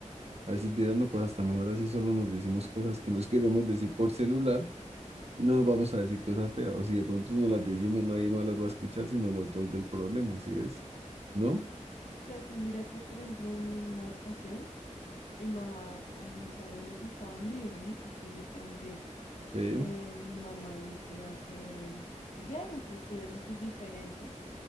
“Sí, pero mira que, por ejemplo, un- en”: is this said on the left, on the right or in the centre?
Left